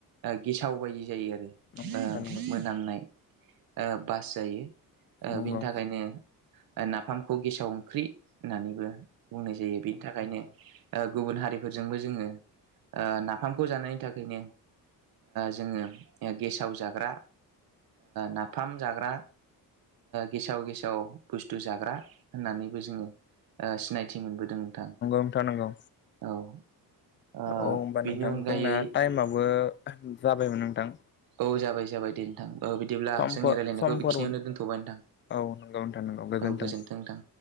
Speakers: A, on the right; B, on the left.
A: गेसाव बायदि जायो आरो
B: नंगौ नोंथां नंगौ
A: मोनामनाय बास जायो
B: नंगौ
A: बिनि थाखायनो नाफामखौ गेसाव ओंख्रि होननानैबो बुंनाय जायो बेनि थाखायनो गुबुन हारि बो जोङो नाफामखौ जानायनि थाखायनो जोङो गेसाव जाग्रा नाफाम जाग्रा गेसाव गेसाव बुस्थु जाग्रा होननानैबो जोङो सिनायथि मोनबोदों नोंथां
B: नोंथां नंगौ
A: औ। ओ
B: औ होमबा नोंथां
A: बेनि अनगायै
B: जोंना टाइमाबो जाबायमोन नोंथां।
A: औ जाबाय जाबाय दे नोंथां औ बिदिब्ला
B: समफोर
A: जोंनि रायज्लायनायखौ
B: समफोर
A: बेखिनियावनो दोनथ'बाय नोंथां।
B: औ नंगौ नोंथां नोंगौ गोजोन्थों।
A: औ नोंथां